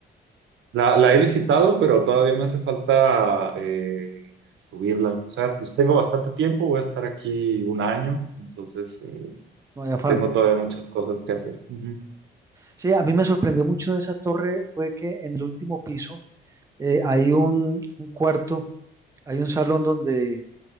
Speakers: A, on the right; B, on the right.
A: La,
B: la,
A: la he visitado, pero todavía me hace falta eh, subirla. O sea, pues tengo bastante tiempo, voy a estar aquí un año, entonces eh,
B: no hay afán.
A: tengo todavía muchas cosas que hacer. Ujú.
B: Sí, a mí me sorprendió mucho de esa torre fue que en el último piso, eh, hay un, un cuarto, hay un salón donde,